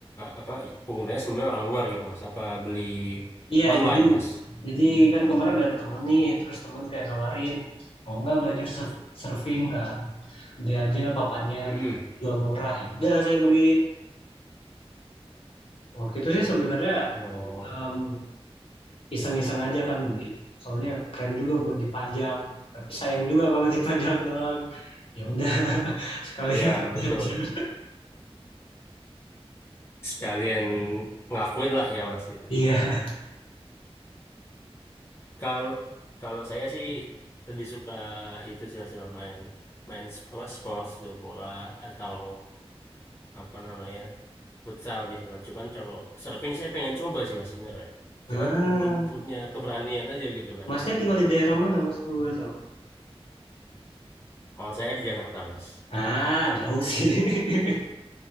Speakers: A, on the left; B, on the left.
A: apa penggunanya sebelumnya orang luar gitu Mas? Apa beli
B: Iya,
A: online
B: jadi
A: Mas?
B: jadi kan kemarin ada temen nih, terus temen kayak nawarin, mau nggak belajar surf- surfing kan, beli aja papannya,
A: Mm-mm.
B: gitu. jual murah. Ya udah saya beli. Waktu itu sih sebenarnya
A: Oh,
B: em, iseng-iseng aja kan beli, soalnya keren juga buat dipajang. Tapi sayang juga kalau <laughs> dipajang doang. Ya udah, <laughs> sekalian
A: iya betul.
B: belajar.
A: Sekalian ngakuin lah ya Mas gitu.
B: Iya.
A: Kalau kalau saya sih lebih suka itu sih Mas emang main main sp- apa sports gitu, bola atau apa namanya futsal gitu kan. Cuman kalau surfing saya pengen coba sih Mas sebenarnya.
B: Ah,
A: Cuman belum punya keberanian aja gitu kan.
B: masnya tinggal di daerah mana, Mas? Kalau boleh tahu.
A: Kalau saya di Jakarta Mas.
B: Ah, jauh sih. <laughs>